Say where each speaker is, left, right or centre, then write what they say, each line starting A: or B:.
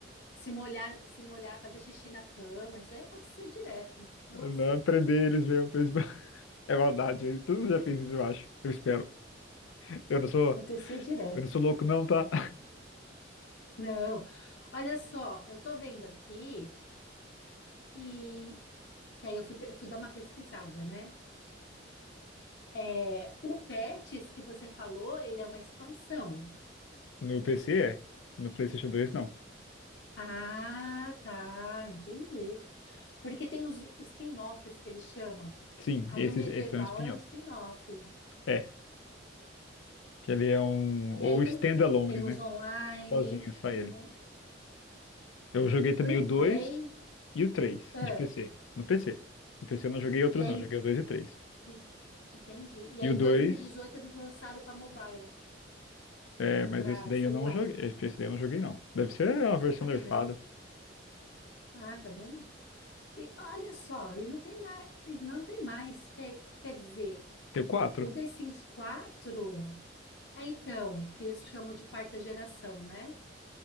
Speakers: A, on the left; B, on the left.
A: se molhar, se molhar, fazer xixi na cama, isso aí acontecia direto. Nossa,
B: não prender eles mesmo. pra eles- <laughs> É maldade, todo mundo já fez isso, eu acho. Eu espero. Eu não sou,
A: acontecia direto.
B: eu não sou louco, não, tá?
A: Não. Olha só, eu tô vendo aqui e que aí eu fui, eu fui dar uma pesquisada, né? É, o Pets que você falou, ele é uma expansão.
B: No PC é. No PlayStation 2 não.
A: Ah, tá, entendi. Porque tem os spin-offs que eles chamam.
B: Sim,
A: Aí
B: esses,
A: o medieval
B: esses são spin-offs.
A: é o spin-off.
B: É, que ele é um. Ou
A: E aí
B: standalone,
A: tem, tem
B: né?
A: os online,
B: Sozinho, só ele.
A: o
B: Eu joguei também
A: replay.
B: o 2 e o três
A: ah,
B: de PC. No PC. No PC eu não joguei outros,
A: e aí,
B: não. eu Joguei o 2 e o 3.
A: e- entendi. E
B: E
A: aí
B: o
A: em
B: 2
A: dois mil e dezoito eles lançaram para mobile,
B: é, mas
A: para
B: esse daí
A: celular.
B: eu não joguei. Esse daí eu não joguei, não. Deve ser uma versão
A: Também
B: nerfada.
A: não. Ah, também. E olha só, e não tem mais, e não tem mais, quer, quer dizer,
B: Tem o 4.
A: o The Sims 4, é então, que eles chamam de quarta geração, né?